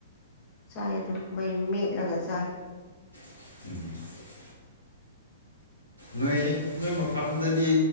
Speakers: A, on the left (about 30°); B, on the left (about 85°).
A: ꯆꯥꯏ ꯑꯗꯨ ꯃꯩ ꯃꯦꯠꯂꯒ ꯆꯥꯏ꯫
B: <unintelligible> ꯅꯣꯏ ꯅꯣꯏ ꯃꯐꯝꯗꯗꯤ